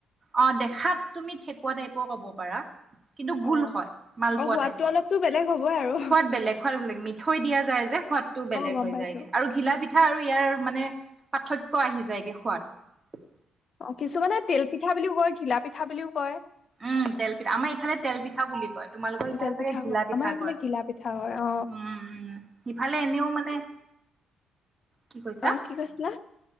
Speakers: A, on the right; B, on the left.
A: অ দেখাত তুমি ঠেকুৱা টাইপৰ ক'ব পাৰা। কিন্তু গোল
B: অ
A: হয় মালপোৱা
B: অ সোৱাদটো
A: টাইপৰ।
B: অলপতো বেলেগ হ'বই আৰু
A: সোৱাদ বেলেগ, সোৱাদ বেলেগ। মিঠৈ দিয়া যায় যে সোৱাদটো বেলেগ
B: অ গম
A: হৈ
B: পাইছো
A: যায়গে আৰু ঘিলা পি ঠা আৰু ইয়াৰ মানে পাৰ্থক্য আহি যায়গে খোৱাত।
B: অ কিছুমানে তেল পিঠা বুলিও কয়, ঘিলা পিঠা বুলিও কয়।
A: উম তেল পিঠা আমাৰ ইফালে তেল পিঠা বুলি কয়, তোমালোকৰ ইফালে
B: তেল
A: চাগে
B: পিঠা
A: ঘিলা
B: কয়
A: পিঠা
B: আমাৰ এইফালে
A: কয়। উম,
B: ঘিলা পিঠা কয় অ
A: উম। সিফালে এনেও মানে কি কৈছা
B: অহ কি কৈছিলা?